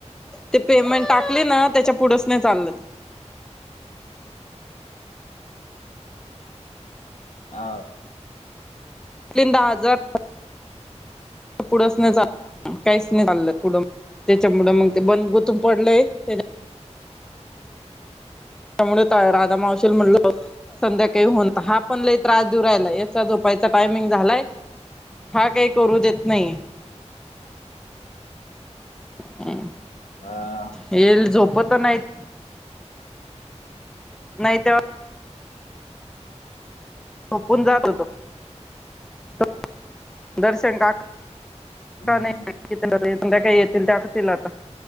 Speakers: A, in the centre; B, on the left.
A: ते पेमेंट टाकली ना त्याच्या पुढेच नाही चाललं.
B: आ
A: दहा हजार पुढंच नाही चा काहीच नाही चाललं पुढं म त्याच्यापुढ मग ते बंद गुथून पडलंय त्या त्यामुळे राधा मावशील म्हणलो. संध्याकाळी होऊन हा पण लय त्रास देऊ राहलाय याचा झोपायचा टायमिंग झालाय. हा काय काही करू देत नाही. हॅ
B: आ
A: ये ल झोपत नाहीत. नाही तेव्हा झोपून जातो तो तो दर्शन काका.
B: हम्म.
A: का नाही. केतन दादा संध्याकाळी येतील टाकतील आता